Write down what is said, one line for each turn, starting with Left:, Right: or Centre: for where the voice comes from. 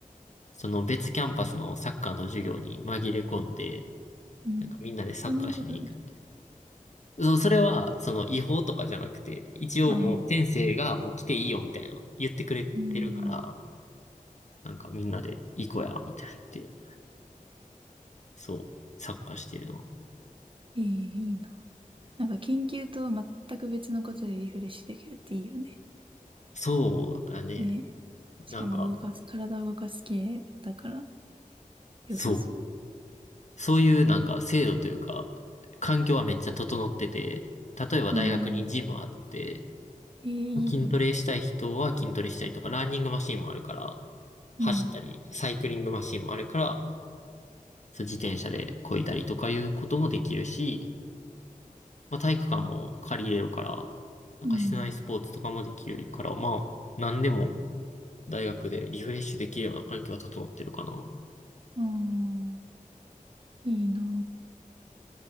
Left: その別キャンパスのサッカーの授業に紛れ込んで、
Right: うん。
Left: なんかみんなでサッカーしに行く。
Right: いろんなことある。
Left: そう、それは、その違法とかじゃなくて、一応もう先生がもう来ていいよみたいな言ってくれてるから、
Right: ああ。うん。
Left: なんかみんなで行こうや、みたいなって、そう、サッカーしてるの。
Right: ええ、いいな。なんか研究と全く別のことでリフレッシュできるっていいよね。
Left: そうだね。
Right: ね。しかも動かす、
Left: なんか、
Right: 体を動かす系だから良さそう。
Left: そう。そういうなんか制度というか、環境はめっちゃ整ってて、例えば大学にジムあって、
Right: うん。ええ、いいな。
Left: 筋トレしたい人は筋トレしたりとか、ランニングマシンもあるから、走ったり、
Right: うん。
Left: サイクリングマシンもあるから、そう自転車で漕いだりとかいうこともできるし、まあ、体育館も借りれるから、なんか室内スポーツとかもできるから、
Right: うん。
Left: まあ、何でも大学でリフレッシュできるような環境は整ってるかな。
Right: ああ、いいな。